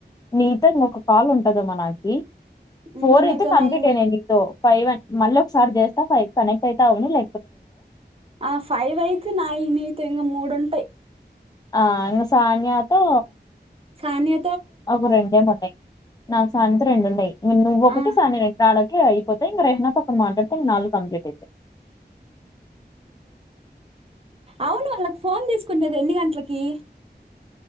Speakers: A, on the left; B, on the right.
A: నీతోని ఒక కాల్ ఉంటదేమో నాకీ ఫోర్
B: మ్, నీతో
A: అయితే కంప్లీట్
B: నాయి
A: అయినాయి నీతో ఫైవ్ అ మళ్ళీ ఒకసారి చేస్తా ఫైవ్ కనెక్ట్ అయితా అవుని ల
B: ఆ ఫైవ్ అయితే నాయి నీతో ఇంకా మూడు ఉంటాయి
A: ఆ ఇంగ సాన్యాతో
B: సాని
A: ఒక రెండేమో ఉన్నాయి నాకు సానింత రెండు ఉన్నాయి నువ్వు ఒకటి
B: ఆ
A: సానియా రెండు రాడ అయిపోతే ఇక రెహనా తోనా మాట్లాడితే ఇక నాలుగు కంప్లీట్ అయితాయి
B: అవును వాళ్ళు ఫోన్ తీసు కునేది ఎన్ని గంటలకి